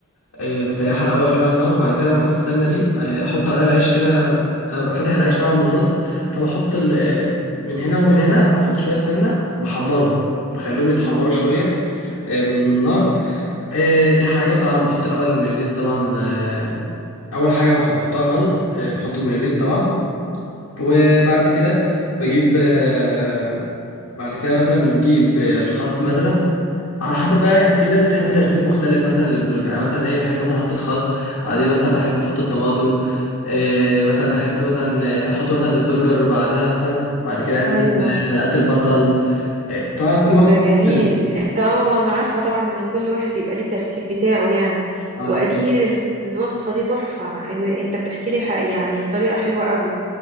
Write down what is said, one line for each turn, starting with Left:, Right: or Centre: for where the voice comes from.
Left: آه، بسيحها الاول كده على النار وبعد كده باخد السمنه دي آه، احط عليها العيش كده انا ببقى فاتح العيش طبعا من النص فبحط ال- آه، من هنا ومن هنا بحط شويه سمنه وبحمرهم بخليهم يتحمروا شويه آه، من النار آه، دي حاجه وطبعا بحط الاول المايونيز طبعا آه، اول حاجه بح- بحطها خالص آه، بحط المايونيز طبعا وبعد كده بجيب آه، بعد كده مثلا بنجيب آه، الخس مثلا على حسب بقى في ناس بتحب ترتيب مختلف مثلا للبرجر يعني مثلا ايه بحب مثلا احط الخس بعدين مثلا احب احط الطماطم إيه مثلا احب مثلا آه، احط مثلا البرجر بعدها مثلا بعد كده انزل
Right: ايوه
Left: بحلقات البصل إيه طبعا كل
Right: ده
Left: واحد
Right: جميل
Left: مختلف
Right: انت اه انا عارفة طبعا ان كل واحد يبقى ليه الترتيب بتاعه يعني
Left: اه
Right: واكيد ال- الوصفة دي تحفة ام- انت بتحكي لي حق- يعني بطريقة حلوة قوي